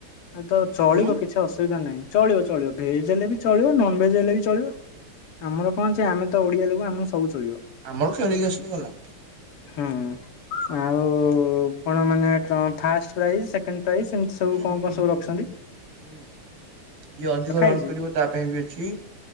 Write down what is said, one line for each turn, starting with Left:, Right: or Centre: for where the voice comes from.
Left: ଅ ତ ଚଳିବ
Right: ଉଁ
Left: କିଛି ଅସୁବିଧା ନାହିଁ। ଚଳିବ ଚଳିବ, ଭେଜ୍ ହେଲେ ବି ଚଳିବ ନନ ଭେଜ୍ ହେଲେ ବି ଚଳିବ। ଆମର କଣ ଅଛି ଆମେ ତ ଓଡିଆ ଲୋକ ଆମକୁ ସବୁ ଚଳିବ।
Right: ଆମର ଖେଳିକି ଆସିଲେ ଗଲା।
Left: ହୁଁ ଆଉ ଉ କଣ ମାନେ ଫାଷ୍ଟ ପ୍ରାଇଜ ସେ କେଣ୍ଡ ପ୍ରାଇସ୍ ସେମିତି ସବୁ
Right: ହୁଁ
Left: କଣ
Right: ହୁଁ
Left: କଣ ସବୁ
Right: ହୁଁ
Left: ରଖିସନ୍ତି।
Right: ହୁଁ। ଯିଏ ଅଧିକ ରନ୍
Left: ହେଇଛି?
Right: କରିବ ତା ପାଇଁ ବି ଅଛି।